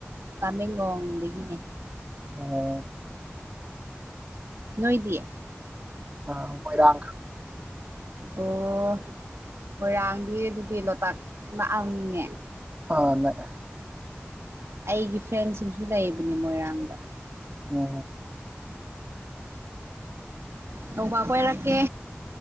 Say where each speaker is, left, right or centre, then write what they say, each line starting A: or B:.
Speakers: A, on the right; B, on the right.
A: ꯇꯃꯦꯡꯂꯣꯡꯗꯒꯤꯅꯦ
B: ꯑꯣ
A: ꯅꯣꯏꯗꯤ
B: ꯑ ꯃꯣꯏꯔꯥꯡ
A: ꯑꯣ ꯃꯣꯏꯔꯥꯡꯗꯤ ꯑꯗꯨꯗꯤ ꯂꯣꯛꯇꯥꯛ ꯅꯛꯑꯃꯅꯤꯅꯦ
B: ꯑꯥ ꯅꯛꯑꯦ
A: ꯑꯩꯒꯤ ꯐ꯭ꯔꯦꯟꯁꯤꯡꯁꯨ ꯂꯩꯕꯅꯦ ꯃꯣꯏꯔꯥꯡꯗ
B: ꯑꯝ
A: ꯅꯣꯡꯃ ꯀꯣꯏꯔꯛꯀꯦ